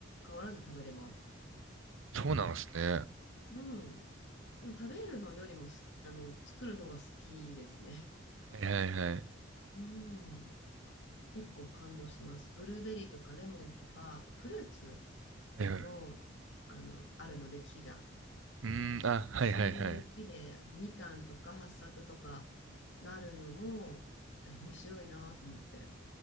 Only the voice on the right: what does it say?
そうなんですね。
はいはいはい。
はいはい。
う
ーん、あ、
はいはいはい。